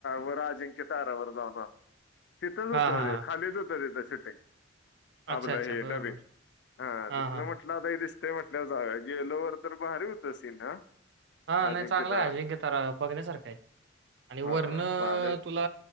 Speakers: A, on the left; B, on the right.
A: वर अजिंक्य तारावर जाऊन आलो. तिथंच होतं
B: हां, हां,
A: ते
B: हां.
A: खालीच होतं तिथ शूटिंग
B: अच्छा,
A: आपलं
B: अच्छा.
A: हे
B: बरं,
A: डबिंग
B: बरं.
A: हा
B: हां,
A: तिथं
B: हां, हां.
A: म्हटलं आता दिस ते म्हटल्यावर जावूया गेलो वर तर भारी होतं सीन हा
B: हा
A: अजिंक्य
B: नाही चांगला
A: तारा
B: आहे अजिंक्य तारा बघण्यासारखं आहे. आणि वरन
A: हा भारी
B: तुला